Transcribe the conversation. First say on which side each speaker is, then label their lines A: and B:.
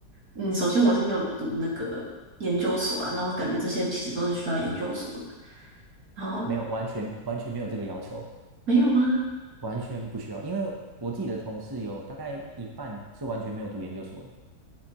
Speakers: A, on the right; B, on the right.
A: 嗯，首先我是没有读那个研究所啊，然后感觉这些其实都是需要研究所的，然后
B: 没有，完全完全没有这个要求，
A: 没有吗？
B: 完全不需要。因为我自己的同事有大概一半是完全没有读研究所的